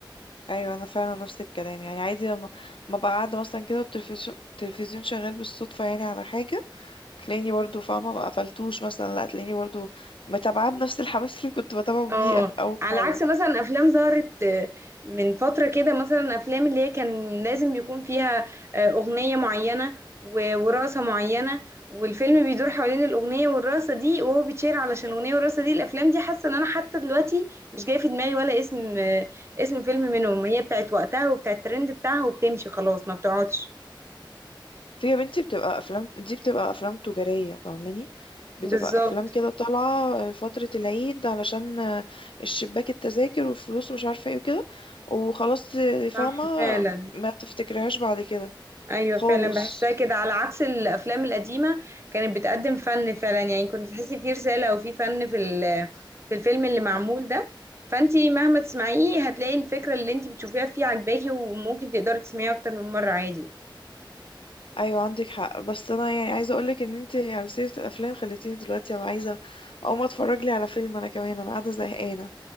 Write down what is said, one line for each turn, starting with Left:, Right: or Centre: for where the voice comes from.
Left: ايوه انا فعلا نفس الكلام يعني عادي لما ما بقى قاعده مثلا كده والتلفزيون التلفزيون شغال بالصدفه يعني على حاجه تلاقيني برضو فاهمه ما قفلتوش مثلا لا تلاقيني برضو متابعاه بنفس الحماس اللي كنت بتابعه
Right: اه
Left: بيه أخ- اول
Right: على
Left: مره
Right: عكس مثلا افلام ظهرت آه، من فتره كده مثلا افلام اللي هي كان لازم يكون فيها آه، اغنيه معينه و- ورقصه معينه والفيلم بيدور حوالين الاغنيه والرقصه دي وهو بيتشير علشان الاغنيه والرقصه دي الافلام دي حاسه ان انا حتى دلوقتي مش جاي في دماغي ولا اسم آه، اسم فيلم منهم هي بتاعت وقتها وبتاعت الترند بتاعها وبتمشي خلاص ما بتقعدش
Left: في يا بنتي بتبقى افلام دي بتبقى افلام تجاريه فاهماني بتبقى
Right: بالظبط
Left: افلام كده طالعه فتره العيد علشان الشباك التذاكر والفلوس ومش عارفه ايه وكده وخلاص فاهمه
Right: صح فعلا
Left: ما تفتكرهاش بعد كده
Right: ايوه
Left: خالص
Right: فعلا بحسها كده على عكس الافلام القديمه كانت بتقدم فن فعلا يعني كنت تحسي في رساله او في فن في ال- في الفيلم اللي معمول ده فانتي مهما تسمعيه هتلاقي الفكره اللي انتي بتشوفيها فيه عجباكي وممكن تقدري تسمعيه اكتر من مره عادي
Left: ايوه عندك حق بس انا يعني عايزه اقولك ان انت على سيره الافلام خليتيني دلوقتي ابقى عايزه اقوم اتفرج لي على فيلم انا كمان انا قاعده زهقانه